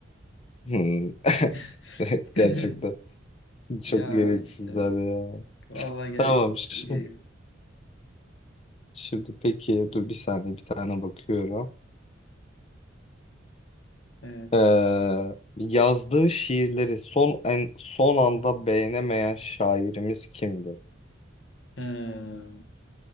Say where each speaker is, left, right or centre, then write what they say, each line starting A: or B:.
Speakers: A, on the left; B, on the left.
A: Hmm. <laughs>
B: <laughs>
A: Evet, Gerçekten çok
B: Ya
A: gereksizler
B: işte
A: ya.
B: vallahi gel,
A: Tamam şimdi,
B: geliz.
A: şimdi peki dur bir saniye bir tane bakıyorum.
B: Evet.
A: Ee, yazdığı şiirleri son en, son anda beğenemeyen şairimiz kimdi?
B: Ee,